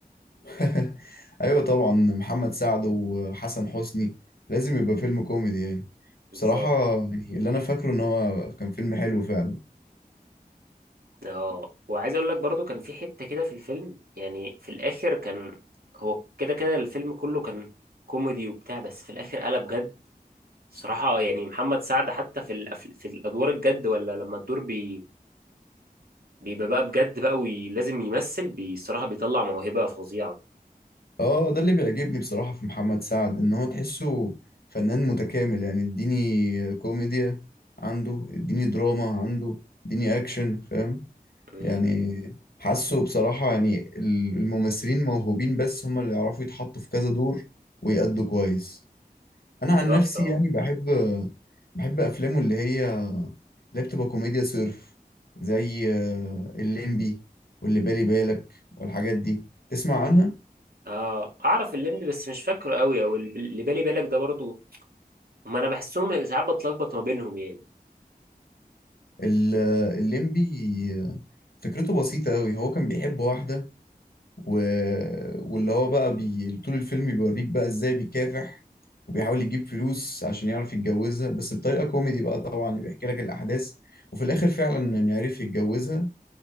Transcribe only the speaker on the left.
<laughs> ايوه طبعا محمد سعد وحسن حسني لازم يبقى فيلم كوميدي يعني
بصراحة يعني اللي انا فاكره ان هو كان فيلم حلو فعلا
اه ده اللي بيعجبني بصراحة في محمد سعد ان هو تحسه فنان متكامل يعني اديني كوميديا عنده اديني دراما عنده اديني اكشن فاهم
يعني حاسه بصراحة يعني ال- الممثلين موهوبين بس هما اللي يعرفوا يتحطوا في كذا دور ويأدوا كويس انا
عن نفسي
يعني بحب بحب افلامه اللي هي اللي بتبقى كوميديا صرف زي آه، الليمبي واللي بالي بالك والحاجات دي تسمع عنها
ال- الليمبي آه، فكرته بسيطة أوي هو كان بيحب واحدة و... واللي هو بقى بي... طول الفيلم بيوريك بقى إزاي بيكافح وبيحاول يجيب فلوس عشان يعرف يتجوزها بس بطريقة كوميدي بقى طبعا بيحكي لك الأحداث وفي الآخر فعلا يعني عرف يتجوزها